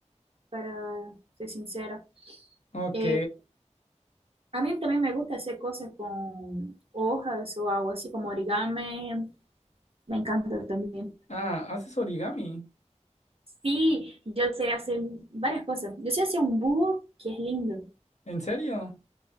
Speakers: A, on the right; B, on the left.
A: para ser sincera.
B: Ok.
A: Eh, a mí también me gusta hacer cosas con hojas o algo así como origami. Me encanta también.
B: Ah, haces origami.
A: Sí, yo sé hacer varias cosas. Yo sé hacer un búho que es lindo.
B: ¿En serio?